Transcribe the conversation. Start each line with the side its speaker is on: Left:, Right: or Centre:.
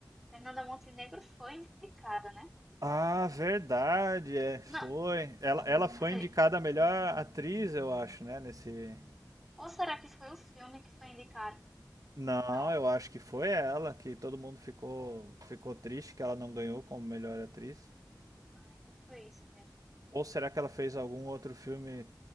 Centre: Fernanda Montenegro foi indicada, né?
Right: Ah, verdade, é, foi.
Centre: Não,
Right: Ela,
Centre: ou-
Right: ela foi
Centre: quer dizer,
Right: indicada a melhor atriz, eu acho, né, nesse...
Centre: ou será que foi o filme que foi indicado?
Right: Não,
Centre: Não,
Right: eu acho que foi ela, que todo mundo ficou, ficou triste que ela não ganhou como melhor atriz.
Centre: ah, então foi isso mesmo.
Right: Ou será que ela fez algum outro filme